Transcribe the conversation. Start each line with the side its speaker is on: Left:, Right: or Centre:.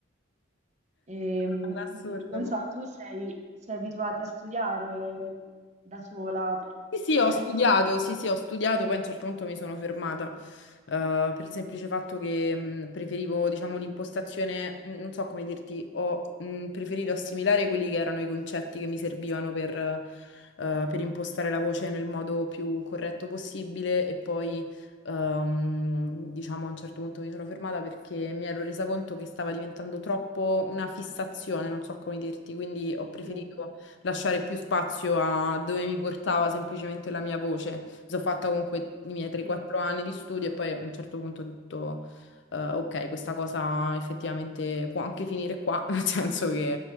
Right: Ehm,
Left: All'assurdo.
Right: non so, tu sei, sei abituata a studiare da sola, per-
Left: Sì, sì,
Right: cioè,
Left: ho studiato, sì, sì, ho studiato, poi a un certo punto mi sono fermata, eh, per il semplice fatto che mh, preferivo, diciamo, un'impostazione, mh, non so come dirti, ho mh, preferito assimilare quelli che erano i concetti che mi servivano per, eh, per impostare la voce nel modo più corretto possibile e poi, ehm, diciamo, a un certo punto mi sono fermata perché mi ero resa conto che stava diventando troppo una fissazione, non so come dirti, quindi ho preferito
Right: sì,
Left: lasciare più spazio a dove mi portava semplicemente la mia voce. Mi sono fatta comunque i miei 3-4
Right: sì,
Left: anni di studio e poi a un certo punto ho detto, eh, ok, questa cosa effettivamente può anche finire qua, <laughs> nel senso che